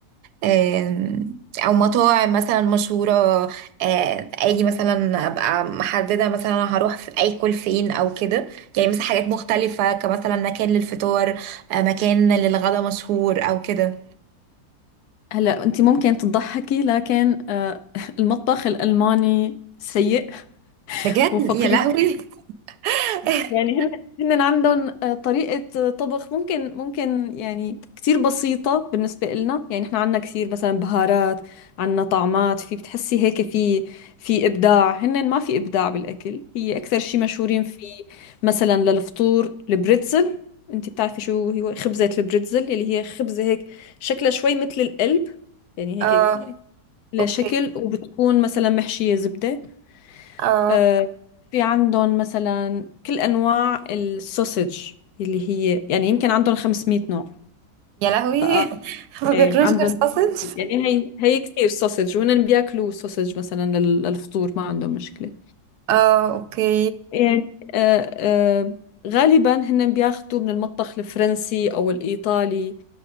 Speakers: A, on the right (about 80°); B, on the left (about 75°).
A: آه، آم، أو مطاعم مثلا مشهورة آه، أجي مثلا أبقى محددة مثلا هروح في أكل فين أو كده يعني مثلا حاجات مختلفة كمثلا مكان للفطار آه، مكان للغدا مشهور أو كده
B: هلا انت ممكن تضحكي لكن آه، <laughs> المطبخ الالماني سيء
A: بجد
B: وفقير
A: يا لهوي <laughs>
B: يعني هن هن عندهم آه، طريقة آه، طبخ ممكن ممكن يعني كتير بسيطة بالنسبة لنا يعني احنا عندنا كثير مثلا بهارات عندنا طعمات في بتحسي هيك في في إبداع هن ما في إبداع بالأكل هي أكثر شيء مشهورين فيه مثلا للفطور البريتزل انت بتعرفي شو هو خبزة البريتزل اللي هي خبزة هيك شكلها شوي مثل القلب يعني هيك
A: اه
B: لشكل
A: اوكي
B: وبتكون مثلا محشية زبدة
A: اه
B: آه، في عندهم مثلا كل أنواع السوسج اللي هي يعني يمكن عندهم 500 نوع
A: يا لهوي
B: بقى
A: <laughs> ما بياكلوش
B: ايه عندهم
A: غير ساسج
B: يعني هي هي كثير سوسج وهن بياكلوا سوسج مثلا لل- للفطور ما عندهم مشكلة
A: اه اوكي
B: يعني آه، آه، غالبا هن بياخذوا من المطبخ الفرنسي أو الإيطالي